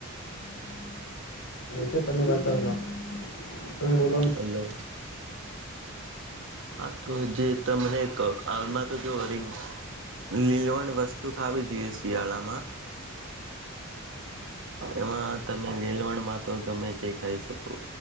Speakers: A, on the left (about 80°); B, on the right (about 60°).
A: છે તમે વાત ચાલ તમે બ <inaudible>
B: હલો. હા તો જે તમને ક આમા તો જો રિંગ લીલવણ વસ્તુ ખાવી જોઈએ શિયાળામાં એમાં તમે નીલવણમાં તો ગમે તે ખાઈ શકો.